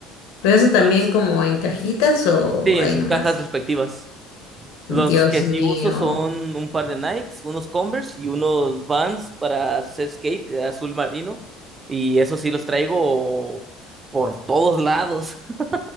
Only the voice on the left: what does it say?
Pero eso también
como en cajitas o
ahí
nomás.
Dios
mío.